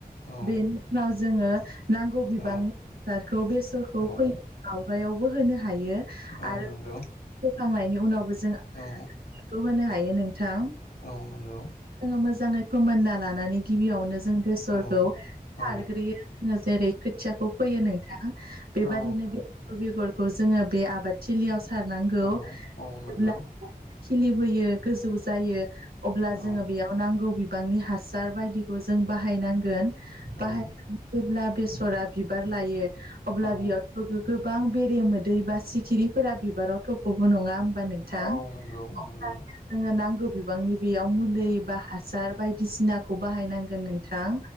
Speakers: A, on the left; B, on the right.
A: औ
B: बेनि उनाव जोङो नांगौ बिबांनि
A: औ
B: सारखौ बेसरखौ
A: औ
B: फैनो आवगायावबो होनो हायो
A: औ
B: आरो
A: नंगौ
B: फोखांनायनि उनावबो जों
A: औ
B: बेखौ होनो हायो नोंथां
A: औ नंगौ
B: जोङो मोजाङै फोमोनना लानानै गिबियावनो जों बेसरखौ
A: औ औ
B: सारग्रोयो जेरै खोथियाखौ फैयो नोंथां बेबायादिनो
A: औ
B: <unintelligible> बेगर खौ जोङो बे आबादथिलियाव सारनांगौ
A: औ औ नंगौ
B: जेब्ला खिलिबोयो गोजौ जायो अब्ला
A: औ
B: जोङो बेयाव नांगौ बि बिबांनि हासार बायदिखौ जों बाहायनांगोन बाहाय
A: औ
B: जेब्ला बेसरा बिबार लायो अब्ला
A: औ
B: बेयाव गोबां बेरे मोदै बा सिखिरिफोरा बिबाराव थख'बो नङा बा नोंथां
A: औ नंगौ
B: अब्ला
A: नंगौ
B: जोङो नांगौ बिबांनि बेयाव मुलि बा हासार बायदिसिनाखौ बाहायनांगोन नोंथां